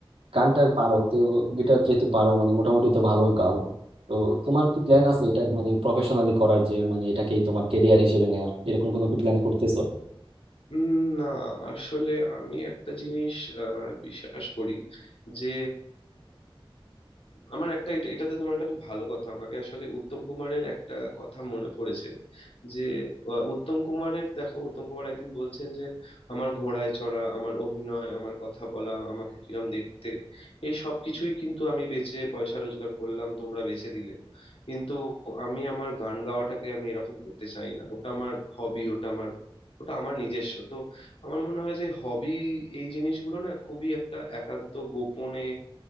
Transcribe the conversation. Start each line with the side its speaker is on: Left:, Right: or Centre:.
Right: গানটার পারো তো গিটার যেহেতু পারো মানে মোটামুটি তো ভালোই গাও তো তোমার কি প্ল্যান আছে এটা মানে প্রফেশনালি করার যে মানে এটাকেই তোমার কেরিয়ার হিসেবে নেওয়ার এরকম
Left: হুম।
Right: কোনো কি প্ল্যান করতেছো
Left: উম, না আসলে আমি একটা জিনিস আহ, বিশ্বাস করি যে আমার একটা এটা- এটাতে তোমার একটা খুব ভালো কথা আমাকে আসলে উত্তম কুমারের একটা কথা মনে পড়েছে যে আহ, উত্তম কুমারের দেখো উত্তম কুমার একদিন বলছেন যে আমার ঘোড়ায় চড়া আমার অভিনয় আমার কথা বলা আমাকে কিরম দেখতে এই সব কিছুই কিন্তু আমি বেচে পয়সা রোজগার করলাম তোমরা বেচে দিলে কিন্তু আমি আমার গান গাওয়াটাকে আমি এরকম করতে চাই না ওটা আমার হবি ওটা আমার ওটা আমার নিজস্ব তো আমার মনে হয় যে হবি এই জিনিসগুলো না খুবই একটা একান্ত গোপনে